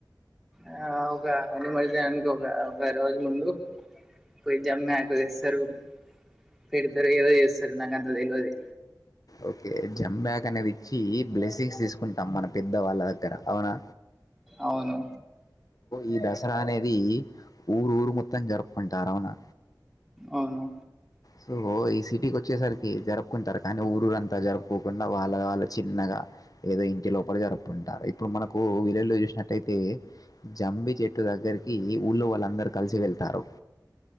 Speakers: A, in the centre; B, on the left.
A: ఆ వొగ అండ్ మళ్ళీ దానికి ఒక ఒక రోజు ముందు పొయి జమ్య ఆకు తేస్తారు పెడతారు ఏదొ చేస్తారు నాకు అంత తెలివది
B: ఓకే జమ్య ఆకు అనేది ఇచ్చి బ్లెస్సింగ్స్ తీసుకుంటాం మనం పెద్ద వాళ్ళ దగ్గర అవునా
A: అవును
B: ఈ దసరా అనేది ఊరు ఊరు మొత్తం జరుపుకుంటారు అవునా
A: అవును
B: సో ఈ సిటీకి వచ్చేసరికి జరుపుకుంటారు కానీ ఊరురు అంతా జరుపుకోకుండా వాళ్ళ వాళ్ళే చిన్నగా ఏదో ఇంటి లోపల జరుపుకుంటారు ఇప్పుడు మనకు విలేజ్ లో చూసినట్టు అయితే జంబి చెట్టు చెట్టు దగ్గరికి ఊళ్ళో వాళ్ళందరు కలిసి వెళ్తారు